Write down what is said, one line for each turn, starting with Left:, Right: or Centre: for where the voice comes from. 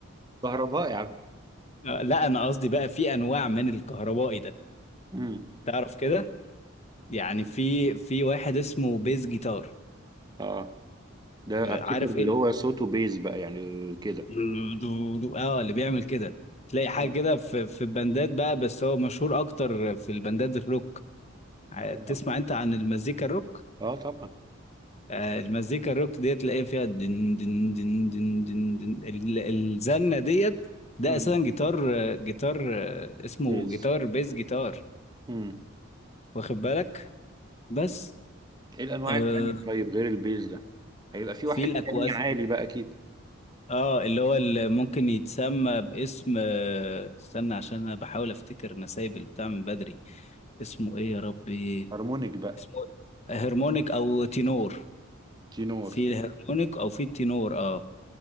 Right: كهرباء يا عم
Left: آه، لا انا قصدي بقى في انواع من الكهربائي ده
Right: امم
Left: تعرف كده يعني في في واحد اسمه بيز جيتار
Right: اه ده
Left: عارف
Right: افتكر
Left: ايه
Right: اللي هو صوته بيز بقى يعني كده
Left: دو- دو- دو- اه اللي بيعمل كده تلاقي
Right: اه
Left: حاجه كده في في البندات بقى بس هو مشهور اكتر في البندات الروك ع-
Right: اه
Left: تسمع انت عن المزيكا الروك
Right: آه، طبعا
Left: آه، المزيكا الروك ديت تلاقي فيها دن دن دن دن دن دن ال- الزنة ديت ده
Right: امم
Left: اساسا جيتار آه، جيتار آه، اسمه
Right: بيز
Left: جيتار بيز جيتار
Right: امم
Left: واخد بالك بس
Right: ايه الانواع
Left: آه،
Right: التانية طيب غير البيز ده هيبقى في واحد
Left: في الاكواستيك
Right: تاني عالي بقى اكيد
Left: اه اللي هو اللي ممكن يتسمى باسم آه، استنى عشان انا بحاول افتكر انا سايب البتاع من بدري اسمه ايه يا ربي
Right: هارمونيك بقى
Left: اسمه إيه؟ هرمونيك او تينور
Right: تينور
Left: في الهرمونيك او في التينور اه